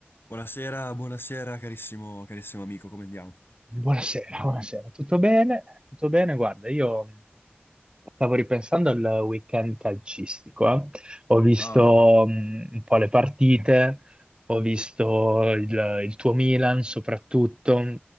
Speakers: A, on the left; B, on the right.
A: Buonasera, buonasera carissimo, carissimo amico, come andiamo?
B: Buonasera, <laughs> buonasera. Tutto bene? Tutto bene? Guarda, io mh, stavo ripensando al weekend calcistico, eh. Ho visto
A: Ah,
B: mh, un po' le partite, ho visto il, il tuo Milan soprattutto,